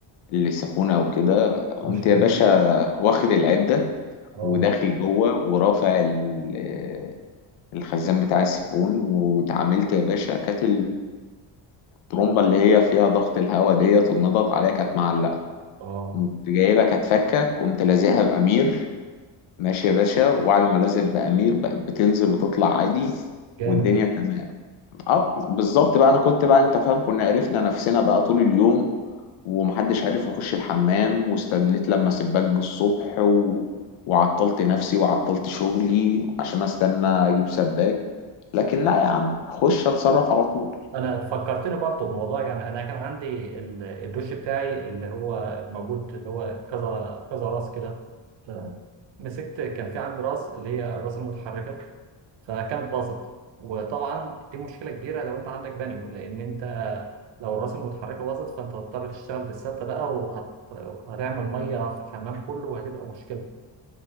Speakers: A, on the left; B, on the right.
A: السيفون او كده قمت
B: مشكله
A: يا باشا
B: كبيره
A: واخد العده
B: اه
A: وداخل جوه ورافع ال- آه، الخزان بتاع السيفون واتعاملت يا باشا كانت الطرمبة اللي هي فيها ضغط الهواء ديت والنضغط عليها كانت معلقة
B: اه
A: قمت جايبها كانت فكة قمت لازقها بأمير ماشي يا باشا وبعد ما لازق بأمير بقت بتنزل وتطلع عادي
B: جامد
A: والدنيا تمام اه بالظبط بقى انا كنت بقى انت فاهم كنا عرفنا نفسنا بقى طول اليوم ومحدش عارف يخش الحمام واستنيت لما سباك جه الصبح و... وعطلت نفسي وعطلت شغلي عشان استنى اجيب سباك لكن لا يا عم اخش اتصرف على طول
B: انا فكرتني برضه بموضوع يعني انا كان عندي ال- الدوش بتاعي اللي هو موجود اللي هو كذا كذا راس كده ف- مسكت كان في عندي راس اللي هي الراس المتحركه فكانت باظت وطبعا دي مشكله كبيره لو انت عندك بانيو لان انت لو الراس المتحركه باظت فانت هتضطر تشتغل بالسده بقى وهت... وهتعمل ميه في الحمام كله وهتبقى مشكله